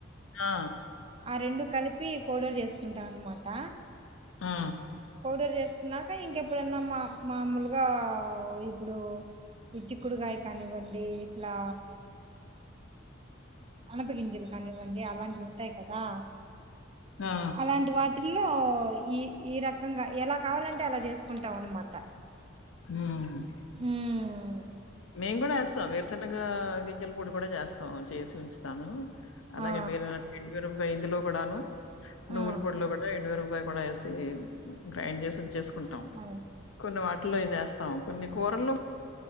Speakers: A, on the left; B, on the right.
A: ఆ
B: ఆ రెండు కలిపి పౌడర్ చేసుకుంటాం అన్నమాట
A: ఆ!
B: పౌడర్ చేసుకున్నాక ఇంకెప్పుడైనా మా మామూలుగా ఇప్పుడు ఈ చిక్కుడుకాయ కానివ్వండి ఇట్లా అనపగింజలు కానివ్వండి అలాంటివి ఉంటాయి కదా
A: ఆ!
B: అలాంటి వాటిలో ట్లా ఈ ఇరా ఇంగా ఎలా కావాలంటే అలా చేసుకుంటాం అనమాట
A: మ్
B: మ్
A: మేం కూడా ఎస్తాం వేరుసెన గి గింజల పొడి కూడా చేస్తాం చేసి ఉంచుతాను అలాగే
B: ఆ
A: మీరు <unintelligible> వే ఇందులో కూడాను నువ్వుల్
B: ఆ
A: పొడిలో పెట్టే ఎండ్ మిరపకాయ్ కూడా ఏసీ గ్రైండ్ చేసి ఉంచెస్క్ కుంటాం
B: అదే
A: కొన్ని వాటిలో ఇది యా స్త్ ఆ కొన్ని కూరల్లో